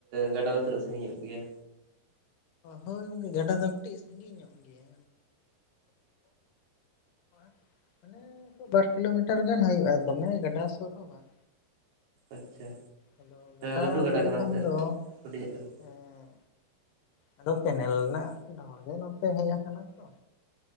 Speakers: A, on the right (about 75°); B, on the left (about 90°).
A: ᱜᱟᱰᱟ ᱫᱚ ᱛᱤᱱᱟᱹᱜ ᱥᱟᱺᱜᱤᱧᱚᱜ ᱜᱮᱭᱟ?
B: ᱦᱳᱭ ᱜᱚᱝᱠᱮ ᱜᱟᱰᱟ ᱫᱚ, ᱠᱟᱹᱴᱤᱡ ᱥᱟᱺᱜᱤᱧ ᱧᱚᱜ ᱜᱮᱭᱟ᱾ <unintelligible> ᱢᱟᱱᱮ ᱵᱟᱨ ᱠᱤᱞᱳᱢᱤᱴᱟᱨ ᱜᱟᱱ ᱦᱳᱭᱳᱜᱼᱟ, ᱫᱚᱢᱮ ᱜᱟᱰᱟ ᱥᱳᱨ ᱦᱚᱸ ᱵᱟᱝ᱾
A: ᱟᱪᱪᱷᱟ᱾
B: ᱟᱫᱚ ᱜᱟᱰᱟ
A: ᱞᱟᱹᱴᱩ
B: ᱞᱟᱹᱭ
A: ᱠᱟᱱᱟ
B: ᱞᱮᱠᱷᱟᱱ
A: ᱥᱮ
B: ᱫᱚ,
A: ᱦᱩᱰᱤᱧᱟᱜ ᱠᱟᱱᱟ?
B: ᱮᱸ ᱟᱫᱚ ᱠᱮᱱᱮᱞ ᱨᱮᱱᱟᱜ ᱰᱷᱚᱲ ᱜᱮ, ᱱᱚᱛᱮ ᱦᱮᱡ ᱠᱟᱱᱟ ᱛᱚ᱾